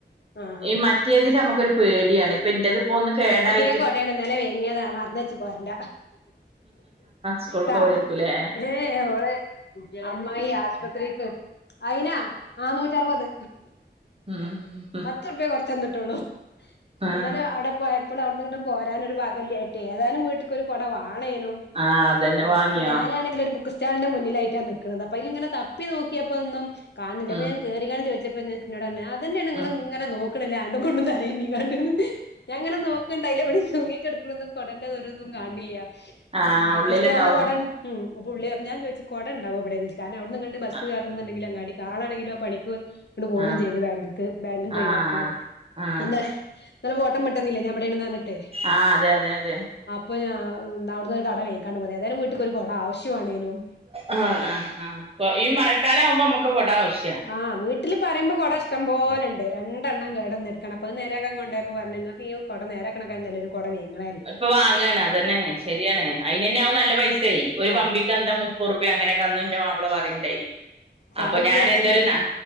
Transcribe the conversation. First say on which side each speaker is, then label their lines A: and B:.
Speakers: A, on the left; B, on the right.
A: ആ ആ
B: ഈ മറ്റേതിലിൽ നമുക്കൊരു പേടിയാണ് ഇപ്പൊ എന്റേതിപ്പോ ഒന്ന് കേടായി
A: പുതിയ കൊടയാണ് ഇന്നലെ വങ്ങിയതാ മറന്നു വച്ചു പോരണ്ട
B: സ്കൂൾക്ക്
A: ചാ
B: പോവായിരിക്കൂലേ
A: ഏ ഓള് അമ്മായി ആശുപത്രിക്ക് അയിനാ ആ നാനൂറ്ററുപത്
B: ഉം
A: പത്ത് റുപ്യയെ കൊറച്ച് തന്നിട്ടുള്ളൂ
B: ആ
A: ഇന്നലെ അവിടെ പോയ പ്പോൾ അവിടുന്നിങ്ങട്ട് പോരാനൊരു പാകവില്ലായിട്ടെ ഏതായാലും വീട്ടുക്കൊരു കുട വേണേനും.
B: ആ അതന്നെ
A: ഏ
B: വാങ്ങിയോ
A: അപ്പൊ ഞാനാണെ ഒരു ബുക്ക് സ്റ്റാളിന്റെ മുന്നിലായിട്ടാ നിൽക്കുന്നത് അപ്പൊ അതിലിങ്ങനെ തപ്പി നോക്കിയപ്പോ ഒന്നും കാണുന്നില്ല അപ്പ
B: ഉം
A: ഞാൻ കേറി കാണ്ട് ചോദിച്ചപ്പ ഇന്നോട് പറഞ്ഞു അതന്നെയാണ് ഇങ്ങൾ
B: ഉം
A: ഇങ്ങെനെ നോക്കണത് <unintelligible> കൊണ്ടും. <unintelligible> ഞാൻ ഇങ്ങനെ നോക്കണ്ട് അതിലവിടെ തൂങ്ങി കിടക്കണതും കൊടേന്റെ ഒരു ഇതും കാണിണില്ല
B: ആ
A: ബുക്ക്
B: ഉള്ളിലുണ്ടാവും
A: സ്റ്റാളിൽ കൊട ഉണ്ട് ഉം പുള്ളി അപ്പം ഞാൻ ചോദിച്ചു കൊട ഇണ്ടാവോ ഇവിടെയെന്ന് കാരണം അവിടന്നങ്ങട്ട് ബസ്
B: ആ
A: കയറണം എന്നുണ്ടെങ്കിൽ അങ്ങാടി കാണാണെങ്കിലോ പണിക്ക് കൊണ്ട് പോന്നും
B: ആഹ്
A: ചെയ്ത് ബാങ്ക് ബാങ്കീന്ന്
B: ആഹ്
A: ഒഴിവായപ്പോളെ
B: ആഹ്
A: എന്താ ഇന്നലെ ഫോട്ടം വിട്ടന്നില്ലേ ഞാൻ ഇവിടെയാണെന്ന് പറഞ്ഞിട്ടേ
B: ആഹ് അതെ അതെ അതെ
A: അപ്പൊ ഞാൻ അവിടുന്ന് ഒരു കൊട വാങ്ങിക്കാണ്ട് പോന്നു ഏതായാലും വീട്ടുക്കൊരു കൊട ആവശ്യവാണേനും
B: ആഹ് ആഹ് ആഹ് ഈ മഴക്കാലം ആവുമ്പോ നമുക്ക് കൊട ആവശ്യവാ
A: ആ വീട്ടിൽ പറയുമ്പോ കുട ഇഷ്ടം പോല ഉണ്ട് രണ്ടെണ്ണം കേട് വന്ന് കെടക്കാണ് അപ്പോ അത് നേരെയാക്കാൻ കൊണ്ട് പോയപ്പോ പറഞ്ഞ് ഇങ്ങക്ക് ഈ കൊട നേരെ ആക്കണേക്കാൽ നല്ലത് കൊട വാങ്ങുവായിരുന്നു
B: ഇപ്പൊ വാങ്ങാണ് അതന്നെയാണ് ശരിയാണ് അയിന് തന്നെ ആ നല്ല പൈസായേ ഒരു
A: ആ
B: കമ്പിക്ക് എന്താ മു പ്പത് റുപ്പിക അങ്ങനെയൊക്കെ അന്ന് എന്റെ മാപ്പിള പറയുന്നുണ്ടായിനി അപ്പൊ
A: അത് വിചാരിച്ചിട്ട്
B: ഞാൻ എന്തറയന്നോ